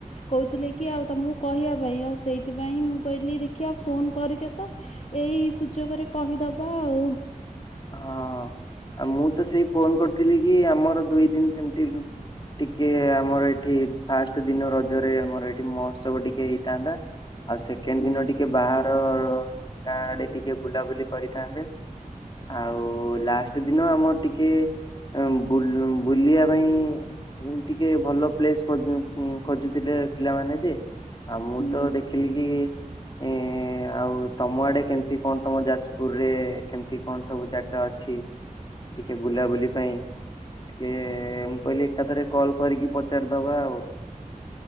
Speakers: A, on the left; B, on the left.
A: କହୁଥିଲେ କି ଆଉ ତମକୁ କହିବା ପାଇଁ ଆଉ ସେଇଥିପାଇଁ ମୁଁ କହିଲି ଦେଖିବା ଫୋନ କରିଚ ତ ଏଇ ସୁଯୋଗରେ କହିଦବା ଆଉ
B: ହଁ ଆଉ ମୁଁ ତ ସେଇ ଫୋନ କରିଥିଲି କି ଆମର ଦୁଇ ଦିନ ସେମିତି ଟିକେ ଆମର ଏଠି ଫାଷ୍ଟ ଦିନ ରଜରେ ଆମର ଏଠି ମହୋତ୍ସବ ଟିକେ ହେଇଥାନ୍ତା। ଆଉ ସେକେଣ୍ଡ
A: ହୁଁ
B: ଦିନ ଟିକେ ବାହାର ଗାଁଆଡରେ ଟିକେ ବୁଲାବୁଲି କରିଥାନ୍ତେ। ଆଉ ଲାଷ୍ଟ ଦିନ ଆମର ଟିକେ ବୁଲୁ ବୁଲିବା ପାଇଁ ଏଇଖୁଣି ଟିକେ ଭଲ ପ୍ଲେସ ଖୋଜୁଥିଲେ ପିଲାମାନେ ଯେ। ଆଉ ମୁଁ
A: ହୁଁ
B: ତ ଦେଖିଲି କି ଏଁ ଏଁ ଆଉ ତମ ଆଡେ କେମି ସେଠି କଣ ତମ ଯାଜପୁର ରେ କେମିତି କଣ ସବୁ ଜାଗା ଅଛି? ଟିକେ ବୁଲାବୁଲି ପାଇଁ ଟିକେ ମୁଁ କହିଲି ଏକାଥରେ କଲ୍ କରିକି ପଚା ପଚାରିଦବା ଆଉ।